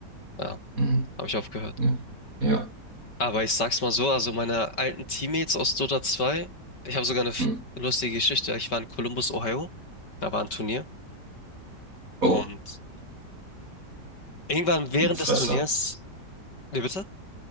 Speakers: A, on the left; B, on the right.
A: ja,
B: hm,
A: habe ich aufgehört.
B: ja, ja.
A: Aber ich sag's mal so, also meine alten Teammates aus Dota 2, ich habe sogar eine f-
B: Hm.
A: lustige Geschichte. Ich war in Columbus, Ohio, da war ein Turnier
B: Oh,
A: und irgendwann während
B: Fresse.
A: des Turniers, wie bitte?